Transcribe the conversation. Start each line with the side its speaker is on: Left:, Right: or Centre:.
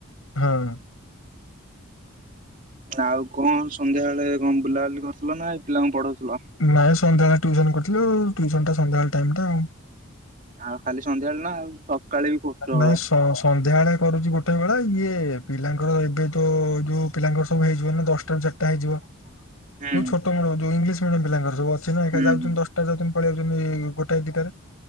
Left: ହଁ
Right: ଆଉ କଣ ସନ୍ଧ୍ୟାବେଳେ କଣ ବୁଲାବୁଲି କରିଥିଲ ନା ଏଇ ପିଲାଙ୍କୁ ପଢଉଥିଲ?
Left: ନାଇଁ ସନ୍ଧ୍ୟା ଟିଉସନ କରିଥିଲୁ ଟିଉସନ ଟା ସନ୍ଧ୍ୟାବେଳ ଟାଇମ ଟା ଆଉ।
Right: ଆଉ ଖାଲି ସନ୍ଧ୍ୟାବେଳେ ନା ସକାଳେ ବି କରୁଛ
Left: ନାଇଁ
Right: ବା।
Left: ସ ସନ୍ଧ୍ୟାବେଳେ କରୁଛି ଗୋଟେ ବେଳା, ଇଏ ପିଲାଙ୍କର ଏବେ ତ ଯୋଉ ପିଲାଙ୍କର ସବୁ ହେଇଯିବ ନା ଦଶଟାରୁ ଚାରିଟା ପାଇଯିବ
Right: ହୁଁ
Left: ଯୋଉ ଛୋଟବେଳୁ ଯୋଉ, ଇଂଲିଶ ମିଡିଅମ୍ ପିଲାଙ୍କର ସବୁ ଅଛି ନା ଏକା
Right: ହୁଁ
Left: ଯାଉଛନ୍ତି
Right: ହୁଁ।
Left: ଦଶଟା ଯାଉଛନ୍ତି ପଳେଇ ଆଉଛନ୍ତି ଗୋଟାଏ ଦିଟାରେ,